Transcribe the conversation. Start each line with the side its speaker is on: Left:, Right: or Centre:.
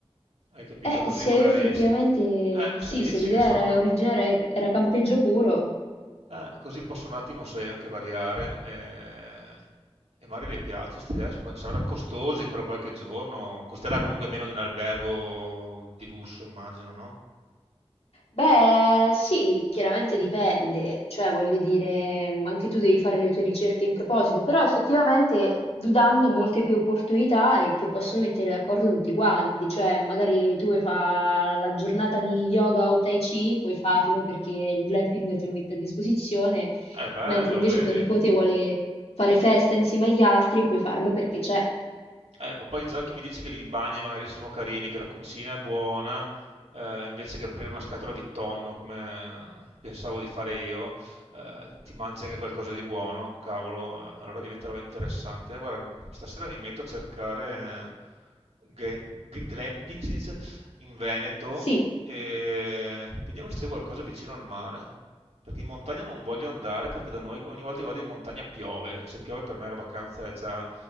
Right: Hai capito?
Left: eh,
Right: Così
Left: se
Right: magari
Left: effettivamente
Right: se, eh, se
Left: sì,
Right: mi dici
Left: se l'idea
Right: che sono
Left: era originaria era campeggio puro.
Right: eh, così posso un attimo, sai, anche variare. eh, E magari le piace, questi adesso saranno costosi, però qualche giorno costerà comunque meno di un albergo di lusso, immagino, no?
Left: Beh, sì, chiaramente dipende, cioè voglio dire, mh, anche tu devi fare le tue ricerche in proposito, però effettivamente vi danno molte più opportunità e che possono mettere d'accordo tutti quanti, cioè magari tu vuoi fare la giornata di yoga o tai chi, puoi farlo perché il glamping te lo mette a disposizione,
Right: È bello,
Left: mentre invece
Right: vedi?
Left: tuo nipote vuole fare festa insieme agli altri, puoi farlo perché c'è.
Right: Eh, ma poi già che mi dici che i bagni magari sono carini, che la cucina è buona, eh, invece che aprire una scatola di tonno come pensavo di fare io, eh, ti mangi anche qualcosa di buono, cavolo, eh, allora diventerà interessante. Guarda, mi- stasera mi metto a cercare eh, gam- g- glamping, si dice, in Veneto
Left: Sì,
Right: e vediamo se c'è qualcosa vicino al mare. Perché in montagna non voglio andare perché da noi ogni volta che vado in montagna piove. Se piove per me la vacanza è già